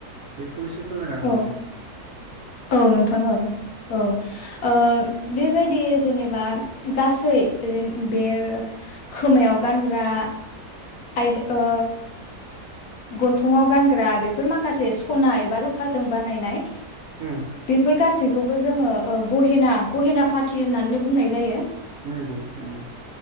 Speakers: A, on the right; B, on the left.
A: बेखौ‌ एसे फोरमायनो हागोन
B: औ
A: नामा?
B: औ नोंथां ओं औ ओ बेबायदि जेनेबा गासै जेन बे खोमायाव गानग्रा आइ ओ गन्थङाव गानग्रा बेफोर माखासे सना एबा रुफाजों बानायनाय
A: उम
B: बेफोर गासै बेखौबो जोङो ओ- गहेना गहेना फाथि होननानै बुंनाय जायो।
A: नोंगौ नंगौ